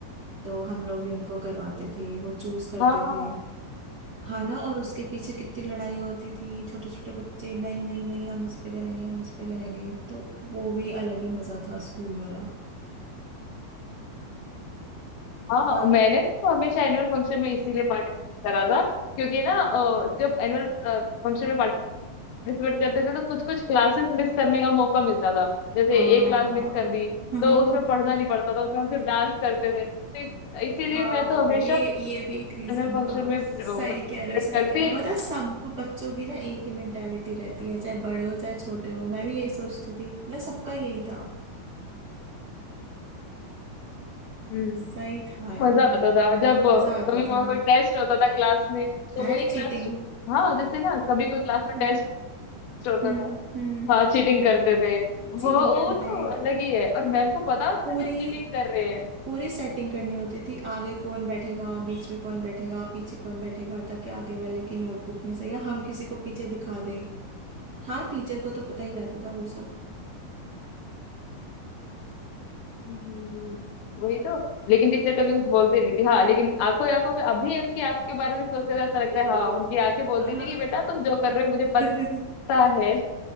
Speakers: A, on the right; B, on the left.
A: तो हम लोग भी उनको करवाते थे वो चूज करते
B: हाँ
A: थे हाँ ना और उसके पीछे कितनी लड़ाई होती थी छोटे छोटे बच्चे नहीं नहीं नहीं हम इस पे करेंगे हम इस पे करेंगे तो वो भी अलग ही मजा था स्कूल वाला
B: हाँ
A: और
B: हाँ, मैंने तो हमेशा एनुअल फंक्शन में इसीलिए पार्टिसिपेट करा था क्योंकि ना अ, जब एनुअल फंक्शन में पार्टिसिपेट करते थे तो कुछ कुछ क्लासेस मिस करने का मौका मिलता था जैसे
A: हाँ
B: एक क्लास मिस कर दी
A: <laughs>
B: तो उसमें पढ़ना नहीं पड़ता था उसमें हम सिर्फ डांस करते थे तो इस- इसीलिए
A: हाँ
B: मैं तो हमेशा
A: ये ये भी
B: फाइनल
A: एक रीजन
B: फंक्शन
A: था
B: में
A: सही
B: पार्टिसिपेट
A: कह रहे हो सही
B: करती
A: कह रहे हो
B: ही थी
A: मतलब सब बच्चों की ना एक ही मेंटेलिटी रहती है चाहे बड़े हो चाहे छोटे हो मैं भी यही सोचती थी मतलब सबका यही था
B: हम्म,
A: सही था यार
B: मजा आता
A: ये तो
B: था जब
A: मजा आता
B: कभी कभार
A: था
B: कोई टेस्ट होता था क्लास में तो
A: है ना
B: वही क्लास
A: चीटिंग
B: हाँ जैसे ना कभी कोई क्लास में
A: हम्म
B: टेस्ट होता
A: हम्म
B: था
A: हम्म
B: हाँ चीटिंग करते थे
A: चीटिंग
B: वो
A: करते
B: वो तो
A: थे
B: अलग ही है और मैम को पता होता
A: पूरी
B: था कि हम चीटिंग कर रहे हैं
A: पूरी सेटिंग करनी होती थी आगे कौन बैठेगा बीच में कौन बैठेगा पीछे कौन बैठेगा ताकि आगे वाले की नोटबुक में से या हम किसी को पीछे दिखा दें हाँ टीचर को तो पता ही रहता था वो सब
B: हम्म, हम्म, वही तो लेकिन टीचर कभी कुछ बोलती नहीं थी हाँ लेकिन आंखों ही आंखों में अभी उनकी आंख के बारे में सोचते तो ऐसा लगता
A: <laughs>
B: है हाँ उनकी आंखें बोलती
A: है
B: थी
A: ना
B: कि बेटा तुम जो कर रहे हो मुझे पता
A: <laughs>
B: है